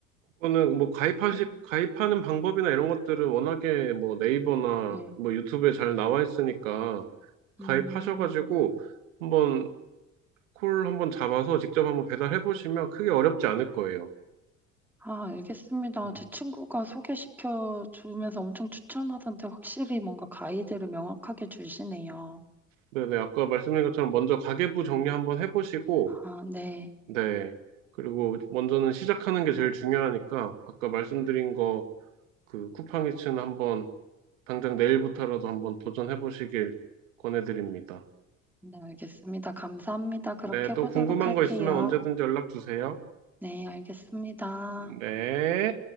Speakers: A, on the right; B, in the centre.
A: 그거는 뭐 가입하시,
B: 어,
A: 가입하는 방법이나 이런 것들은 워낙에 뭐 네이버나
B: 네.
A: 뭐 유튜브에 잘 나와 있으니까 가입하셔가지고
B: 음.
A: 한번 콜 한번 잡아서 직접 한번 배달해 보시면 크게 어렵지 않을 거예요.
B: 아, 알겠습니다.
A: 음.
B: 제 친구가 소개시켜 주면서 엄청 추천하던데 확실히 뭔가 가이드를 명확하게 주시네요.
A: 네네, 아까 말씀드린 것처럼 먼저 가계부 정리 한번 해보시고,
B: 아, 네.
A: 네. 그리고 먼저는 시작하는 게 제일 중요하니까, 아까 말씀드린 거, 그 쿠팡이츠는 한번, 당장 내일부터라도 한번 도전해보시길 권해드립니다.
B: 네, 알겠습니다. 감사합니다. 그렇게
A: 네,
B: 해보도록
A: 또 궁금한
B: 할게요.
A: 거 있으면 언제든지 연락 주세요.
B: 네, 알겠습니다.
A: 네.